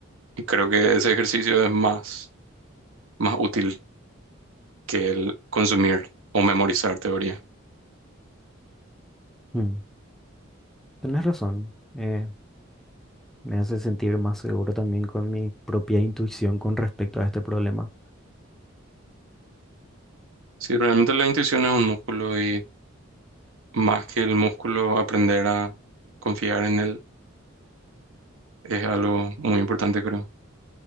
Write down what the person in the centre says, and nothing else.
mm, tenés razón. eh, Me hace sentir más seguro también con mi propia intuición con respecto a este problema.